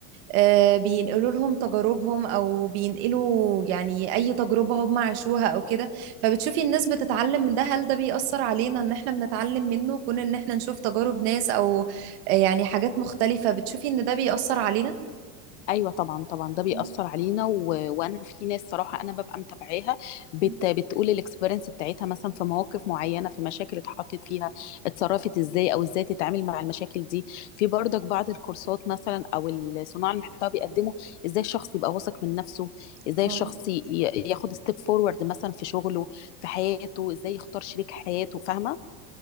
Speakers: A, on the right; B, on the left.
A: آه، بينقلوا لهم تجاربهم او بينقلوا يعني اي تجربة هم عاشوها او كده فبتشوفي الناس بتتعلم من ده هل ده بيأثر علينا ان احنا بنتعلم منه كون ان احنا نشوف تجارب ناس او آه، يعني حاجات مختلفة بتشوفي ان ده بيأثر علينا؟
B: ايوه طبعا طبعا ده بيأثر
A: مم.
B: علينا و... وانا في ناس صراحه انا ببقى متابعاها بت...
A: مم.
B: بتقول الاكسبيرينس بتاعتها مثلا في مواقف معينه في مشاكل اتحطت فيها اتصرفت ازاي او ازاي تتعامل مع المشاكل دي في برضك بعض الكورسات مثلا او الصناع المحتوى بيقدموا ازاي الشخص يبقى واثق من نفسه ازاي
A: اه
B: الشخص ي... ياخد ستيب فورورد مثلا في شغله في حياته ازاي يختار شريك حياته فاهمه